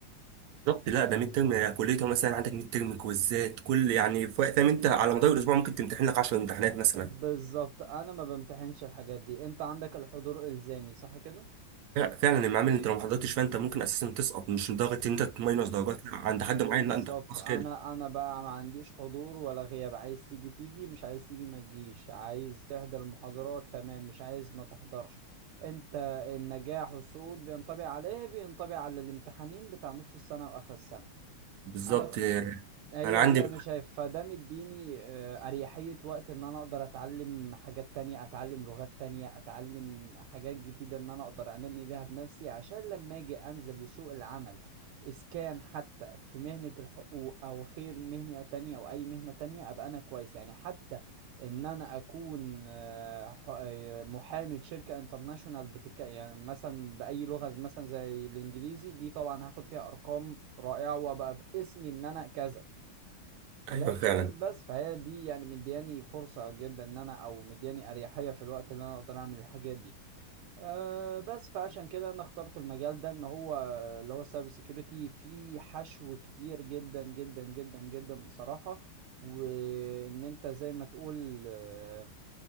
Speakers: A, on the right (about 70°); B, on the right (about 85°).
A: بالظبط لا ده ميد ترم كليته مثلا عندك ميد ترم كويزات كل يعني فا- فاهم انت على مدار الاسبوع ممكن تمتحن لك 10 امتحانات مثلا
B: بالظبط انا ما بمتحنش الحاجات دي انت عندك الحضور الزامي صح كده
A: فع- فعلا المعامل اللي انت لو ما حضرتش فانت ممكن اساسا تسقط مش لدرجه ان انت تماينس درجات لا، عند
B: بالظبط
A: حد معين لا انت خلاص
B: انا
A: كده
B: انا بقى ما عنديش حضور ولا غياب عايز تيجي تيجي مش عايز تيجي ما تجيش عايز تحضر المحاضرات تمام مش عايز ما تحضرش انت النجاح والصعود بينطبق على ايه بينطبق على الامتحانين بتاع نص السنة واخر السنة
A: بالظبط
B: انا
A: آه،
B: هي
A: انا عندي
B: دي انا شايف فده مديني آه، اريحية وقت ان انا اقدر اتعلم حاجات تانية اتعلم لغات تانية اتعلم حاجات جديدة ان انا اقدر انمي بيها بنفسي عشان لما اجي انزل لسوق العمل اذا كان حتى في مهنة الحقوق او خير مهنة تانية او اي مهنة تانية ابقى انا كويس يعني حتى ان انا اكون آه، ح- آه، محامي شركة انترناشونال بتك يعني مثلا باي لغة مثلا زي الانجليزي دي طبعا هاخد فيها ارقام رائعة وابقى باسمي ان انا كذا لكن
A: ايوه فعلا
B: بس فهي دي يعني مدياني فرصة جدا ان انا او مدياني اريحية في الوقت اللي انا اقدر اعمل الحاجات دي أه بس فعشان كده انا اخترت المجال ده ان هو اللي هو سايبر سيكيورتي فيه حشو كتير جدا جدا جدا جدا بصراحة وان انت زي ما تقول أه